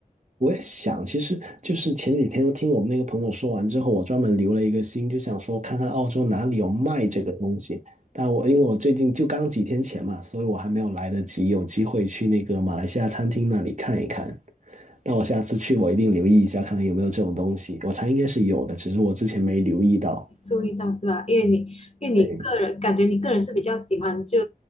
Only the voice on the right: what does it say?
我也想，其实就是前几天我听我们那个朋友说完之后，我专门留了一个心，就想说看看澳洲哪里有卖这个东西。但我因为我最近就刚几天前嘛，所以我还没有来得及有机会去那个马来西亚餐厅那里看一看。但我下次去，我一定留意一下，看看有没有这种东西。我猜应该是有的，只是我之前没留意到。
对，